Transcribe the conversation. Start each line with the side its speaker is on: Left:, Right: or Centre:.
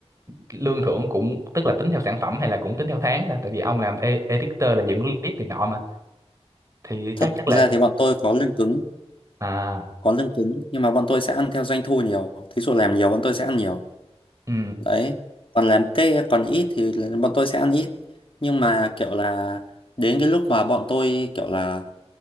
Right: lương thưởng cũng tức là tính theo sản phẩm hay là cũng tính theo tháng ta tại vì ông làm e- editor là dựng clip này nọ mà thì
Left: thật
Right: chắc chắc
Left: ra
Right: là
Left: thì bọn tôi có lương cứng
Right: à
Left: có lương cứng nhưng mà bọn tôi sẽ ăn theo doanh thu nhiều thí dụ làm nhiều bọn tôi sẽ ăn nhiều
Right: ừ
Left: đấy còn làm tê còn ít thì là bọn tôi sẽ ăn ít nhưng mà kiểu là đến cái lúc mà bọn tôi kiểu là